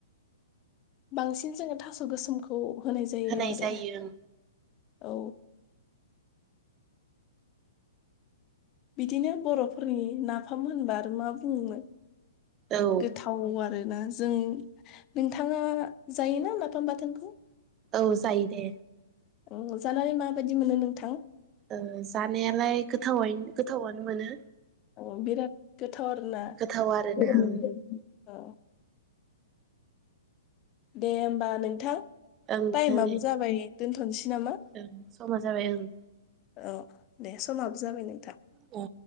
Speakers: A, on the left; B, on the right.
A: बांसिन जोङो थास गोसोमखौ। जायो
B: होनाय
A: आरो
B: जायो ओं।
A: औ। बिदिनो बरफोरनि नाफाम होनबा आरो मा बुंनो।
B: ओं
A: गोथाव आरो। ना जों नोंथाङा जायोना माफाम बाथोनखौ?
B: औ जायो दे।
A: औ जानानै माबायदि मोनो नोंथां?
B: ओ जानायालाय गोथावै गोथावानो मोनो।
A: अ बिराद गोथा थरना
B: गोथाव आरोना
A: <unintelligible>
B: ओं
A: आ दे उम। बा नोंथां
B: ओं नोंथां
A: टाइमाबो
B: दे
A: जाबाय। दोनथ'नोसै नामा
B: ओं समा जाबाय ओं
A: औ दे समाबो जाबाय नोंथां।
B: औ